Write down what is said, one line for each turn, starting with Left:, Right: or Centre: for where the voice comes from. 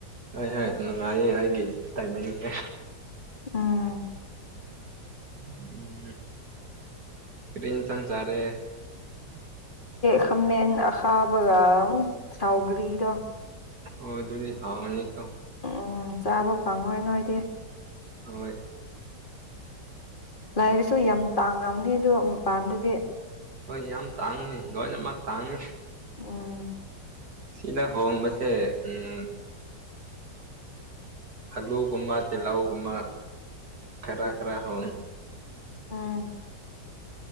Right: ꯍ ꯍꯥꯏ ꯅꯨꯡꯉꯥꯏꯌꯦ ꯑꯩꯒꯤ ꯇꯥꯏꯃꯤꯡꯁꯦ
Left: ꯎꯝ
Right: ꯎꯝ ꯀꯔꯤ ꯏꯟꯁꯥꯡ ꯆꯔꯦ
Left: ꯈꯥꯃꯦꯟ ꯑꯈꯥꯕꯒ ꯁꯥꯎꯒ꯭ꯔꯤꯗꯣ
Right: ꯍꯣꯏ ꯑꯗꯨꯗꯤ ꯍꯥꯎꯅꯤꯀꯣ
Left: ꯎꯝ ꯆꯥꯕ ꯐꯪꯉꯣꯏ ꯅꯣꯏꯗꯤ
Right: ꯍꯣꯏ
Left: ꯂꯥꯏꯔꯁꯨ ꯌꯥꯝ ꯇꯥꯡꯉꯕꯅꯤ ꯑꯗꯨꯗꯣ ꯃꯄꯥꯟꯗꯗꯤ
Right: ꯍꯣꯏ ꯌꯥꯝ ꯇꯥꯡꯉꯤ ꯂꯣꯏꯅꯃꯛ ꯇꯥꯡꯏ
Left: ꯎꯝ
Right: ꯁꯤꯗ ꯍꯣꯡꯕꯁꯦ ꯎꯝ ꯑꯜꯂꯨ ꯒꯨꯝꯕ ꯇꯤꯂꯍꯧꯒꯨꯝꯃ ꯈꯔ ꯈꯔ ꯍ
Left: ꯑꯣ